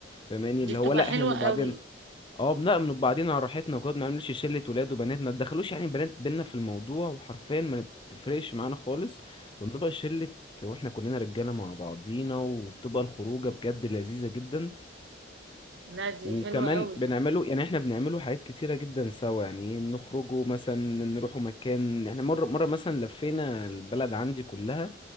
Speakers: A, on the left; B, on the right.
A: فاهماني
B: دي
A: اللي
B: بتبقى
A: هو لا
B: حلوة
A: احنا نبقى
B: قوي
A: بعدين اه بنأمن بعدين على راحتنا وكده ما بنعملش شلة ولاد وبنات ما تدخلوش يعني بنات بينا في الموضوع وحرفيا ما بتفرقش معانا خالص وبنبقى شلة واحنا كلنا رجالة مع بعضينا وبتبقى الخروجة بجد لذيذة جدا
B: لا دي
A: وكمان
B: حلوة قوي
A: بنعمله يعني احنا بنعمله حاجات كتيرة جدا سوا يعني نخرجوا مثلا نروحوا مكان احنا مرة مرة مثلا لفينا البلد عندي كلها